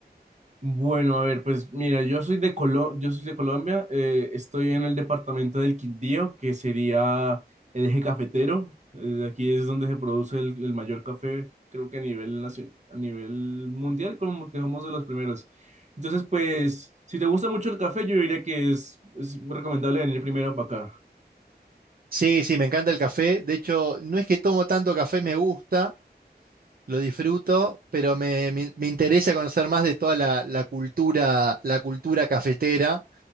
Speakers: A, on the right; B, on the right.
A: Bueno, a ver, pues mira, yo soy de Colo- yo soy de Colombia, eh, estoy en el departamento del Quindío, que sería el eje cafetero. Eh, aquí es donde se produce el, el mayor café, creo que a nivel nacion- a nivel mundial, como que somos de los primeros. Entonces, pues, si te gusta mucho el café, yo diría que es, es recomendable venir primero para acá.
B: Sí, sí, me encanta el café. De hecho, no es que tomo tanto café, me gusta. lo disfruto, pero me, me- me interesa conocer más de toda la, la cultura, la cultura cafetera,